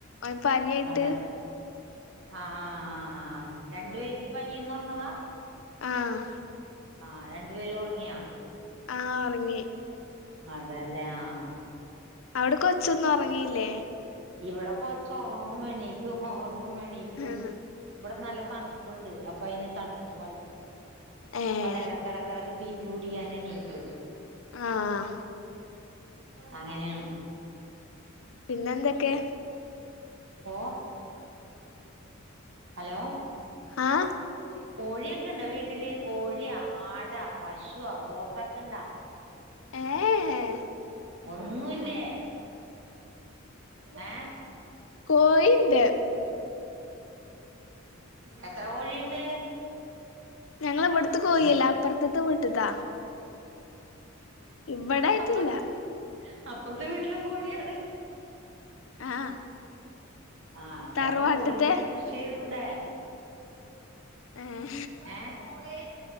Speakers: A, on the left; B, on the right.
A: ഓന് പനിയായിട്ട്
B: അതെ ആഹ് ആഹ് ആഹ് ആഹ് രണ്ടു
A: ആഹ്
B: പേര്ക്ക് പനീന്ന് പറ ന്നതാ
A: ആഹ്
B: ആ രണ്ട് പേരും ഒറങ്ങിയാ
A: ആഹ് ഒറങ്ങി
B: അതേല്ലേ ആ
A: അവിടെ കൊച്ചൊന്നും ഒറങ്ങില്ലേ
B: ഇവിടെ കൊച്ച് ഒറങ്ങും എണീക്കും ഒറ ങ്ങും എണീക്കും
A: ആഹ്
B: ഇവടെ നല്ല തണുപ്പുണ്ട് അപ്പ അയിന് തണുത്തിട്ട് പാടില്ല
A: ഏഹ്
B: അപ്പൊ അത് എടക്ക്‌ എടക്ക്‌ടക്ക് പി പി കുടിക്കാന് എണീക്കും
A: ആഹ്
B: അങ്ങനെയാണ്
A: പിന്നെന്തൊക്കെ
B: ഓ ഹലോ
A: ആ
B: കോഴിയൊക്കെണ്ടോ വീ ട്ടില് കോഴിയോ ആടൊ പശോ പോത്തൊക്കെ ഇണ്ടാ
A: ഏഹ്
B: ഒന്നുല്ലേ ഏ
A: കോഴിണ്ട്
B: എത്ര കോഴിയ്ണ്ട്
A: ഞങ്ങളവ്ട് ത്തെ കോഴിയല്ലാ അപ്പർത്ത്ത്ത വീട്ട്ത്ത ഇവിടായിട്ടില്ല
B: അപ്പുറത്ത് അപ്പുറത്തെ വീട്ടിലൊക്കെ കോഴിയാണ്
A: ആഹ്
B: ആഹ് അപ്പ
A: തറവാട്ടത്തെ
B: അപ്പൊ കോഴിനെക്കെ കൃഷി ചെയ്തു ട്ടെ ഏ
A: ഏഹ്